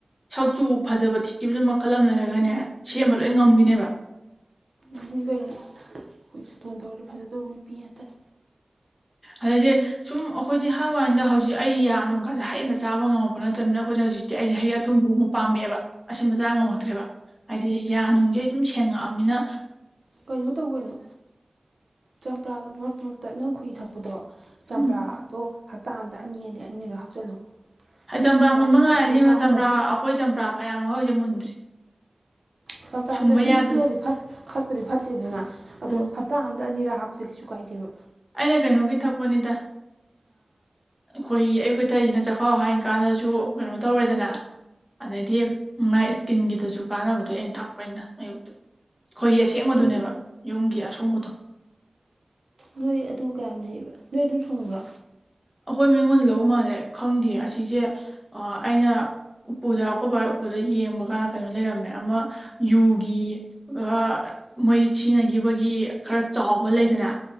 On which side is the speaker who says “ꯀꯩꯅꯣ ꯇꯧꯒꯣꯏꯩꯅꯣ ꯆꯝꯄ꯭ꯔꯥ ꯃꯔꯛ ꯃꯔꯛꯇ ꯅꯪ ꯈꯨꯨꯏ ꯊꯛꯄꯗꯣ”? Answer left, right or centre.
Right